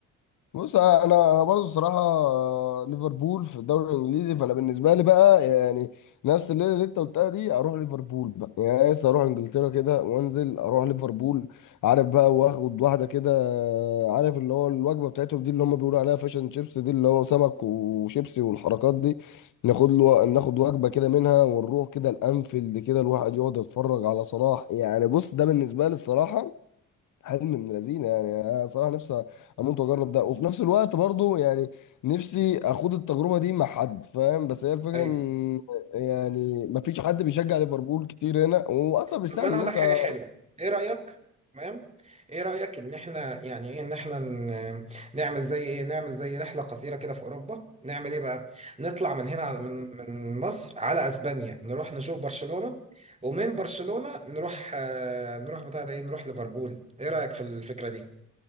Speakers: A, on the left; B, on the right.
A: بص انا برضو الصراحه ليفربول في الدوري الانجليزي فانا بالنسبه لي بقى يعني نفس الليله اللي انت قلتها دي اروح ليفربول بقى يعني لسه اروح انجلترا كده وانزل اروح ليفربول عارف بقى واخد واحده كده عارف اللي هو الوجبه بتاعتهم دي اللي هم بيقولوا عليها فاشن شيبس دي اللي هو سمك وشيبسي والحركات دي ناخد له ناخد وجبه كده منها ونروح كده الانفيلد كده الواحد يقعد يتفرج على صلاح يعني بص ده بالنسبه لي الصراحه حلم من لذينه يعني انا صراحه نفسي اموت واجرب ده وفي نفس الوقت برضو يعني نفسي اخوض التجربه دي مع حد فاهم بس هي الفكره
B: ايوه
A: ان يعني ما فيش حد بيشجع ليفربول كتير هنا واصلا مش
B: طب
A: سهل
B: ما انا
A: ان
B: اقول
A: انت
B: لك حاجه حلوه ايه رايك تمام ايه رايك ان احنا يعني ايه ان احنا ن- نعمل زي ايه نعمل زي رحله قصيره كده في اوروبا نعمل ايه بقى نطلع من هنا على من من مصر على اسبانيا نروح نشوف برشلونه ومن برشلونه نروح آه، نروح بتاع ده ايه نروح ليفربول ايه رايك في الفكره دي